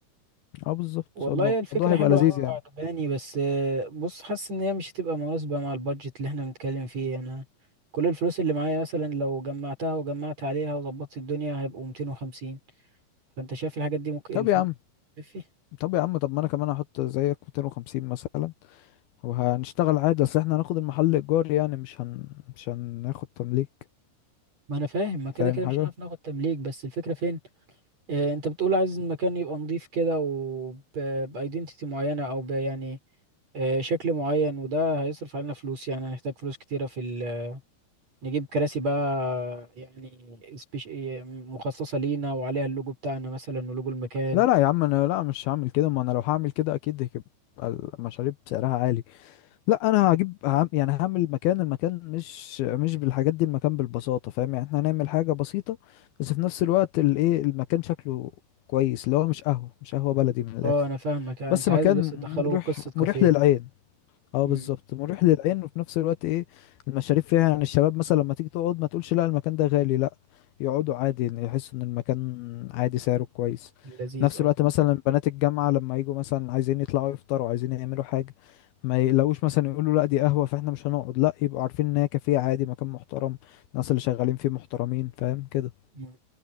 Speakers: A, on the left (about 75°); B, on the right (about 35°).
A: اه بالظبط
B: والله
A: هو الموضوع
B: الفكرة
A: هيبقى
B: حلوة
A: لذيذ
B: أوي
A: يعني
B: وعجباني بس آه، بص حاسس إن هي مش هتبقى مناسبة مع البادجت اللي احنا بنتكلم فيه أنا كل الفلوس اللي معايا مثلا لو جمعتها وجمعت عليها وظبطت الدنيا هيبقوا 250 فانت شايف الحاجات دي ممكن
A: طب
B: الفلوس
A: يا عم
B: تكفي
A: طب يا عم طب ما أنا كمان هحط زيك 250 مثلا وهنشتغل عادي أصل احنا هناخد المحل إيجار يعني مش هن مش هناخد تمليك
B: ما انا فاهم ما كده
A: فاهم
B: كده
A: حاجة
B: مش هنعرف ناخد تمليك بس الفكرة فين آه انت بتقول عايز المكان يبقى نظيف كده وبايدنتيتي معينة او ب يعني آه شكل معين وده هيصرف علينا فلوس يعني هنحتاج فلوس كتيرة في ال... نجيب كراسي بقى يعني سبيش... مخصصة لينا وعليها اللوجو بتاعنا مثلا ولوجو المكان
A: لا لا يا عم أنا لا مش هعمل كده ما أنا لو هعمل كده أكيد هيبقى المشاريب سعرها عالي لا انا هجيب هعم- يعني هعمل المكان المكان مش مش بالحاجات دي المكان بالبساطه فاهم يعني احنا هنعمل حاجه بسيطه بس في نفس الوقت الايه المكان شكله كويس اللي هو مش قهوه مش قهوه بلدي من الاخر
B: اه انا فاهمك انت
A: بس
B: عايز
A: مكان
B: بس تدخله
A: مريح
B: قصة كافيه
A: مريح للعين اه
B: امم
A: بالظبط مريح للعين وفي نفس الوقت ايه المشاريب فيها يعني الشباب مثلا لما تيجي تقعد ما تقولش لا المكان ده غالي لا يقعدوا عادي يعني يحسوا ان المكان عادي سعره كويس
B: لذيذ
A: في نفس الوقت مثلا بنات الجامعة لما يجوا مثلا عايزين يطلعوا يفطروا عايزين يعملوا حاجة ما يلاقوش مثلا يقولوا لا دي قهوة فاحنا مش هنقعد لا يبقوا عارفين ان هي كافيه عادي مكان محترم الناس اللي شغالين فيه محترمين فاهم كده
B: اه